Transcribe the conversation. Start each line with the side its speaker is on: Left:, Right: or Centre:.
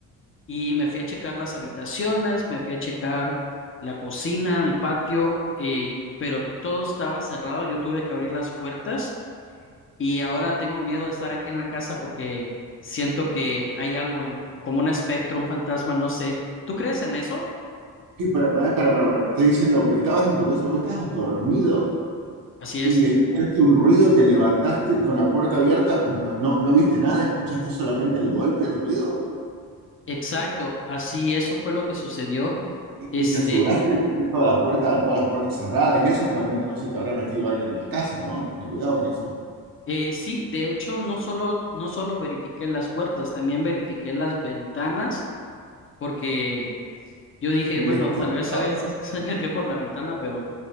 Left: Y me fui a checar las habitaciones, me fui a checar la cocina, el patio, eh, pero todo estaba cerrado. Yo tuve que abrir las puertas y ahora tengo miedo de estar aquí en la casa porque siento que hay algo en, como un espectro, un fantasma, no sé. ¿Tú crees en eso?
Right: Sí, para, para, para, para, para, me estás diciendo, pues, estabas en tu casa, vos estabas dormido
Left: Así
Right: y
Left: es.
Right: escuchaste un ruido, te levantaste con la puerta abierta, pero no, no, no viste nada, escuchaste solamente el golpe, el ruido,
Left: Exacto, así eso fue lo que sucedió.
Right: y,
Left: Este,
Right: y te aseguraste de que esté toda la puerta, todas las puertas cerradas, y eso realmente no se te habrá metido alguien en la casa, ¿no? Ten cuidado con eso.
Left: Eh, sí, de hecho, no solo, no solo verifiqué las puertas, también verifiqué las ventanas, porque yo dije,
Right: Y
Left: bueno,
Right: está todo
Left: tal vez
Right: cerrado,
Left: alguien se, <laughs> se metió por la ventana, pero,